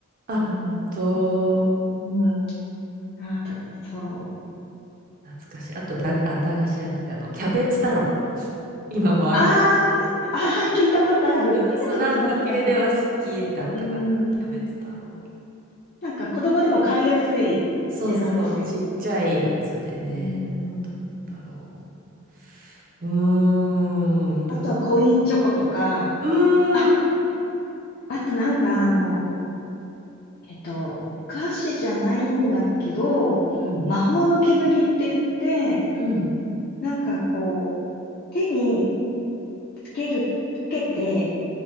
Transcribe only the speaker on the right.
あ、
本当、
懐かしい。あとだ、あ、駄菓子じゃなくて、あの、キャベツ太郎。今もあるけど。
うん、
スナック系では好きだったかな、
キャベツ太郎。
そうそう、ちっちゃいやつでね。
あと、なんだろう。うーん、いろいろ。
うーん、
うん、
うん、